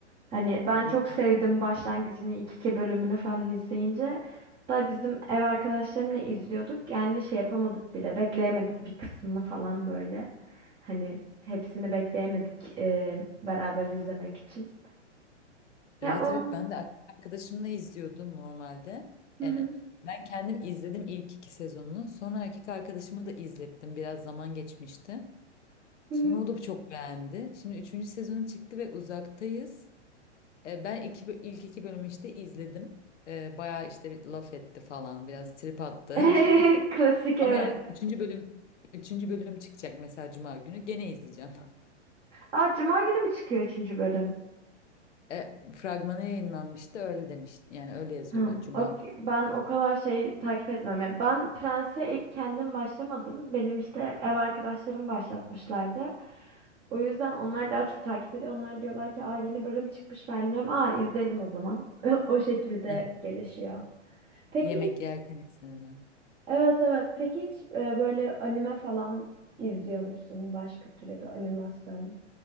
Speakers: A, on the right; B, on the left.
A: Hani ben
B: Evet,
A: çok sevdim
B: evet.
A: başlangıcını ilk iki bölümünü falan izleyince. Hatta bizim ev arkadaşlarımla izliyorduk. Yani şey yapamadık bile. Bekleyemedik bir kısmını falan böyle. Hani hepsini bekleyemedik e, beraber izlemek için.
B: Evet,
A: Ya onun...
B: evet. Ben de erkek arkadaşımla izliyordum normalde.
A: Hı
B: Yani
A: hı,
B: ben kendim izledim ilk iki sezonunu. Sonra erkek arkadaşımı da izlettim. Biraz zaman geçmişti.
A: hı
B: Sonra
A: hı.
B: o da çok beğendi. Şimdi üçüncü sezonu çıktı ve uzaktayız. E, ben iki, bö- ilk iki bölümü işte izledim. E, bayağı işte bir laf etti falan. Biraz trip attı.
A: <laughs> Klasik
B: <laughs>
A: evet.
B: Ama yani üçüncü bölüm üçüncü bölüm çıkacak mesela Cuma günü. Gene izleyeceğim. <laughs>
A: Aa, Cuma günü mü çıkıyor üçüncü bölüm?
B: E, fragmanı yayınlanmıştı öyle demiş. Yani öyle yazıyordu
A: Hı,
B: Cuma
A: ok-
B: günü.
A: ben o kadar şey takip etmiyorum. ya ben Prens'e ilk kendim başlamadım. Benim işte ev arkadaşlarım başlatmışlardı. O yüzden onlar daha çok takip ediyor. Onlar diyorlar ki aa yeni bölüm çıkmış ben diyorum. Aa izleyelim o zaman. <laughs> O şekilde
B: Heh.
A: gelişiyor. Peki
B: Yemek
A: hiç
B: yerken izlenilen.
A: evet evet. Peki hiç e, böyle anime falan izliyor musun? Başka tür ya da animasyon